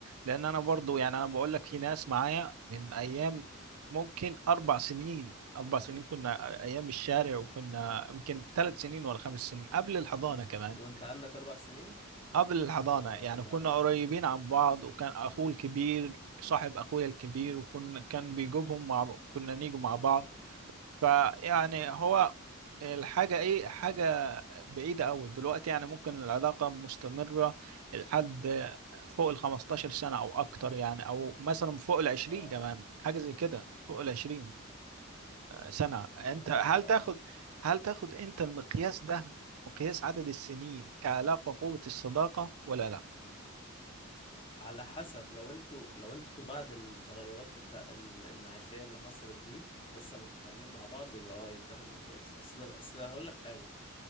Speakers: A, on the right; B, on the left.
A: لان انا برضو يعني انا بقول لك في ناس معايا من ايام ممكن اربع سنين اربع سنين كنا ايام الشارع وكنا يمكن ثلاث سنين ولا خمس سنين قبل الحضانة كمان
B: وأنت عندك أربع سنين؟
A: قبل الحضانة
B: اه
A: يعني
B: يا لهوي
A: كنا قريبين عن بعض وكان اخوه الكبير صاحب اخويا الكبير وكنا كان بيجيبهم مع كنا نيجوا مع بعض فيعني هو الحاجة إيه حاجة بعيدة أوي دلوقتي يعني ممكن العلاقة مستمرة لحد فوق ال 15 سنة أو أكتر يعني أو مثلا فوق ال 20
B: اه
A: كمان حاجة زي كده فوق ال 20 سنة أنت
B: آه،
A: هل تاخد هل تاخد أنت المقياس ده مقياس عدد السنين كعلاقة قوة الصداقة ولا لا؟
B: على حسب لو انتوا لو انتوا بعد التغيرات بتاع ال- المعيشية اللي حصلت دي لسه متفاهمين مع بعض يبقى اه يتاخد مقياس اصل اصل هقول لك حاجة